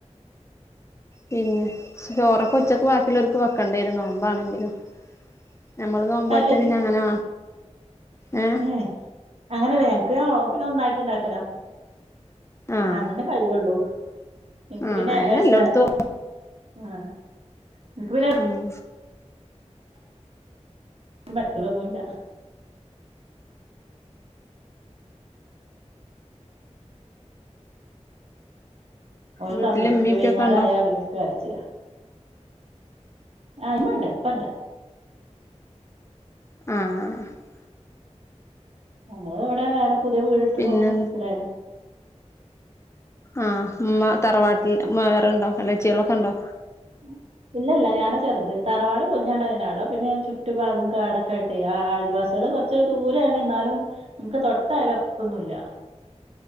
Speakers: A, on the left; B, on the right.
A: പിന്നെ ചോറൊക്കെ ഉച്ചക്ക്‌ ബാക്കിള്ളോര്ക്ക് വെക്കണ്ടിയെരും നോമ്പാണെങ്കിലും ഞമ്മള് നോമ്പോറ്റ്
B: അല്ല
A: പിന്നെ അങ്ങനാ ഏഹ്
B: ഏഹ് അങ്ങനെല്ലാ ഞങ്ങക്ക് പിന്നെ ഒന്നായിറ്റ്ണ്ടാക്കലാ
A: ആഹ്
B: അതന്നെ കയ്യോള്ളൂ ഇനിക്ക്
A: ആഹ്
B: പിന്നെ
A: അയെന്നെ
B: <unintelligible>
A: എല്ലോട്ത്തും
B: ആഹ് ഇൻക്ക് പിൻ
A: ഉം
B: <unintelligible> ലൊന്നുല്ലാ ഓല്
A: വീട്ടില്
B: സമ്മയ്ക്കൂലാ
A: ഇമ്മീം ഇപ്പിയൊക്കെ
B: വെയ്ന്നേരായാ
A: ഉണ്ടോ
B: പിന്നെ ഓലിക്ക് കരച്ചിലാ ആഹ് ഇമ്മണ്ട് ഇപ്പെല്ലാ
A: ആഹ് ആഹ്
B: ഞങ്ങള് ഇവിടെ വേറെ പുതിയ വീടെടുത്ത്
A: പിന്നെ
B: പോന്ന് ഇവിടെയാണ്
A: ആഹ് ഉമ്മ തറവാട്ടിൽ വേറെണ്ടോ എളേച്ചികളൊക്കെ ഇണ്ടോ
B: ഉം ഇല്ല ഇല്ലാ ഞാനാ ചെറുത് തറവാട് പൊളിഞ്ഞാണ്ടാ ആടെ പിന്നെ ചുറ്റു ഭാഗം കാടൊക്കൊ ആയിട്ടെ ആഹ് ആഹ് അയൽവാസികള് കൊറ ച്ചൊക്കെ ദൂരാണ് ഇന്നാലും നമ്മക്ക് തൊട്ടയൽ ലൊക്കൊന്നുല്ലാ